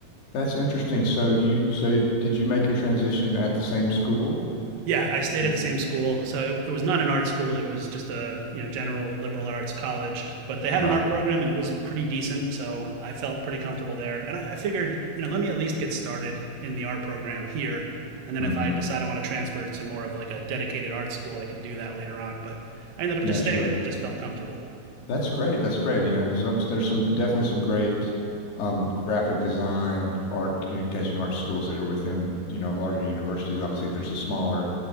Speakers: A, on the left; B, on the right.
A: That's interesting. So you so did you make your transition at the same school?
B: yeah, I stayed
A: It-
B: at the same school. So it, it was not an art school. It was just a, you know, general liberal arts college, but they had
A: right.
B: an art program and it was pretty decent. So I felt pretty comfortable there. And I, I figured, you know, let me at least get started in the art program here. And then
A: hmm
B: if I decide I want to transfer to more of like a dedicated art school, I could do that later on. But I ended up
A: Yeah,
B: just staying
A: sure.
B: there. It just felt comfortable.
A: That's great. That's great, you know, because there's some definitely some great um, graphic design, art, communication arts schools that are within, you know, larger universities. Obviously, there's the smaller,